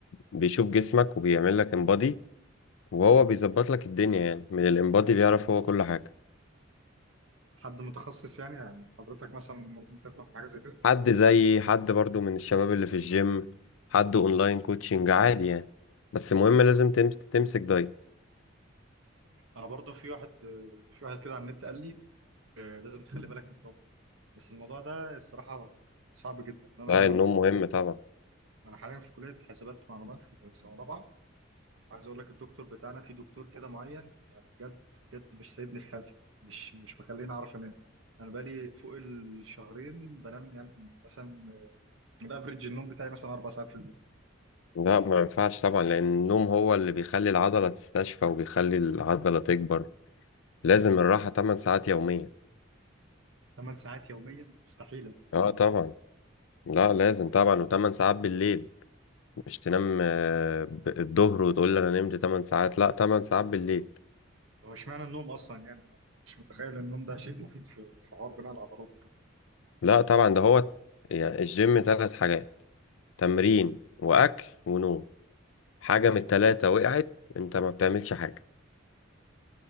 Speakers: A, on the left; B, on the right.
A: بيشوف جسمك وبيعمل لك امبادي وهو بيظبط لك الدنيا يعني من الامبادي بيعرف هو كل حاجة
B: حد متخصص يعني يعني حضرتك مثلا ممكن تفهم في حاجه زي كده
A: حد زيي حد برضو من الشباب اللي في الجيم حد اونلاين كوتشنج عادي يعني بس المهم لازم تم... تمسك دايت
B: انا برضو في واحد في واحد كده على النت قال لي آه، لازم تخلي بالك من نومك بس الموضوع ده الصراحه صعب جدا انا
A: ده النوم مهم طبعا
B: انا حاليا في كليه حسابات ومعلومات في سنه رابعه عايز اقول لك الدكتور بتاعنا في دكتور كده معين يعني بجد بجد مش سايبني في حالي مش مش مخليني اعرف انام انا بقالي فوق الشهرين بنام يعني مثلا الافريج النوم بتاعي مثلا اربع ساعات في اليوم
A: لا ما ينفعش طبعا لأن النوم هو اللي بيخلي العضلة تستشفى وبيخلي العضلة تكبر لازم الراحة 8 ساعات يومية
B: ثمان ساعات يوميا دي مستحيله
A: اه طبعا لا لازم طبعا و8 ساعات بالليل مش تنام آه، ب- الظهر وتقول لي أنا نمت 8 ساعات لا 8 ساعات بالليل
B: هو اشمعنى النوم اصلا يعني انا مش متخيل ان النوم ده شيء مفيد في في حوار بناء العضلات وكده
A: لا طبعا ده هو يعني الجيم ثلاث حاجات تمرين وأكل ونوم حاجة من التلاتة وقعت أنت ما بتعملش حاجة